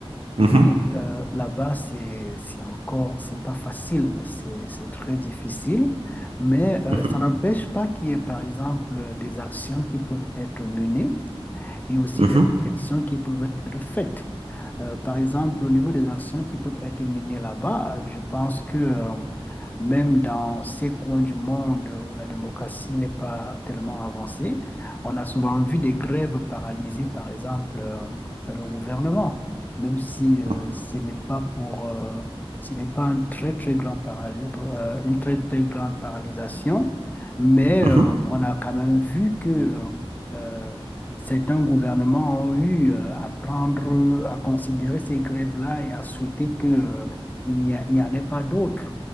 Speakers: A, on the right; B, on the left.
A: Mhm,
B: oui, euh, là-bas, c'est, c'est encore, c'est pas facile, c'est, c'est très difficile, mais euh,
A: mhm,
B: ça n'empêche pas qu'il y ait, par exemple, des actions qui peuvent être menées et aussi
A: mhm,
B: des réflexions qui peuvent être faites. Euh, par exemple, au niveau des actions qui peuvent être menées là-bas, je pense que, euh, même dans ces coins du monde où la démocratie n'est pas tellement avancée, on a souvent vu des grèves paralyser, par exemple, euh, le gouvernement, même si euh,
A: mhm,
B: ce n'est pas pour, euh, ce n'est pas un très, très grand paraly- euh, une très, très grande paralysation, mais
A: mhm,
B: euh, on a quand même vu que euh, euh, certains gouvernements ont eu euh, à prendre, à considérer ces grèves-là et à souhaiter que, euh, il n'y a- il n'y en ait pas d'autres.